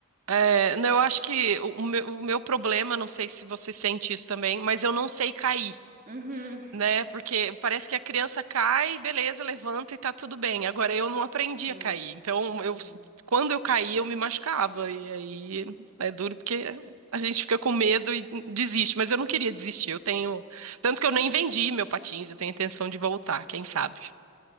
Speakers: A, on the right (about 75°); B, on the right (about 40°).
A: É, não, eu acho que o o meu, o meu problema, não sei se você sente isso também, mas eu não sei cair,
B: Uhum.
A: né? Porque parece que a criança cai, beleza, levanta e tá tudo bem. Agora eu não aprendi
B: Hum,
A: a cair. Então, eu,
B: uhum.
A: quando eu caí, eu me machucava. E aí é duro porque a gente fica com medo e desiste. Mas eu não queria desistir. Eu tenho. Tanto que eu nem vendi meu patins, eu tenho intenção de voltar, quem sabe?